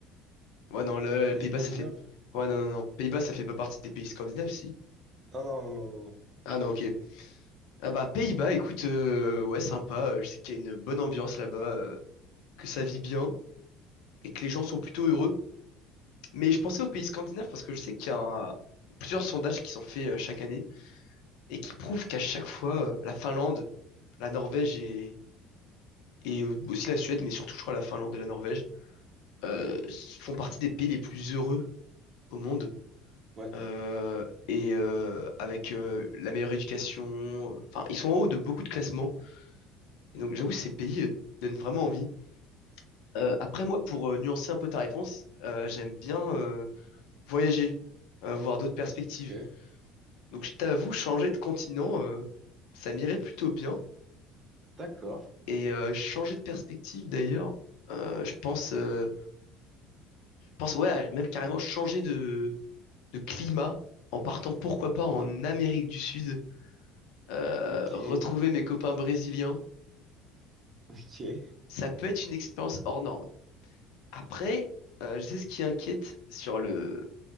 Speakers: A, on the left; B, on the right.
A: Ouais, non, le, le
B: Pays
A: Pays-Bas,
B: scandinave?
A: ça fait. Ouais, non, non, non. Pays-Bas, ça fait pas partie des pays scandinaves, si.
B: Non, non, non, non, non. non.
A: Ah non, ok. Ah bah Pays-Bas, écoute, euh, ouais, sympa. euh, Je sais qu'il y a une bonne ambiance là-bas, euh, que ça vit bien et que les gens sont plutôt heureux. Mais je pensais aux pays scandinaves parce que je sais qu'il y a un- plusieurs sondages qui sont faits euh, chaque année et qui prouvent qu'à chaque fois, euh, la Finlande, la Norvège et, et aussi la Suède, mais surtout je crois la Finlande et la Norvège, euh, font partie des pays les plus heureux au monde.
B: Ouais.
A: Euh, et euh, avec euh, la meilleure éducation, euh, enfin ils sont en haut de beaucoup de classements. Et donc j'avoue ces pays euh, donnent vraiment envie. Euh, après moi, pour euh, nuancer un peu ta réponse, euh, j'aime bien euh, voyager, euh, voir d'autres perspectives.
B: Ok,
A: Donc je t'avoue, changer de continent, euh, ça m'irait plutôt bien.
B: d'accord.
A: Et euh, changer de perspective d'ailleurs, euh, je pense, euh, je pense ouais, même carrément changer de, de climat en partant pourquoi pas en Amérique du Sud, euh,
B: Ok,
A: retrouver mes copains brésiliens,
B: ok.
A: ça peut être une expérience hors norme. Après, euh, je sais ce qui inquiète sur le